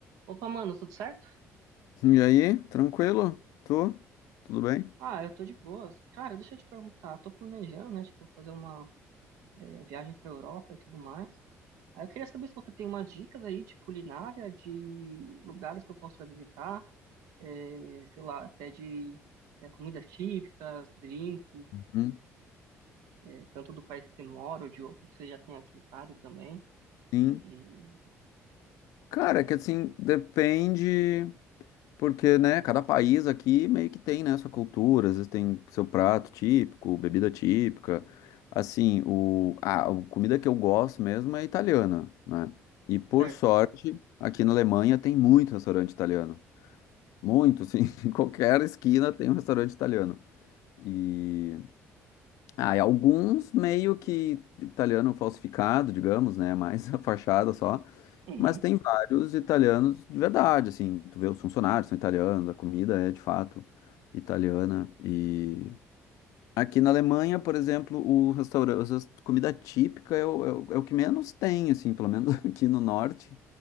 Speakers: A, on the right; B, on the left.
A: Opa, mano, tudo certo?
B: E aí, tranquilo? Tu? Tudo bem?
A: Ah, eu tô de boas. Cara, deixa eu te perguntar, tô planejando, né, tipo, fazer uma eh, viagem pra Europa e tudo mais. Aí eu queria saber se você tem umas dicas aí de culinária, de lugares que eu possa visitar, eh, sei lá, até de eh, comidas típicas, drinks,
B: Uhum.
A: eh, tanto do país que você mora ou de outro que você já tenha visitado também.
B: Sim.
A: E,
B: Cara, é que assim, depende, porque, né, cada país aqui meio que tem, né, sua cultura, às vezes tem seu prato típico, bebida típica. Assim, o, a, a comida que eu gosto mesmo é italiana, né? E por
A: certo.
B: sorte, aqui na Alemanha tem muito restaurante italiano. Muito, assim, <laughs> em qualquer esquina tem um restaurante italiano. E Ah, e alguns meio que italiano falsificado, digamos, né? <laughs> Mais a fachada só.
A: Uhum,
B: Mas tem vários italianos de verdade, assim. Tu vê os funcionários são italianos, a comida é de fato italiana. E aqui na Alemanha, por exemplo, o restaurante, a comida típica é o, é o, é o que menos tem, assim, pelo menos <laughs> aqui no norte.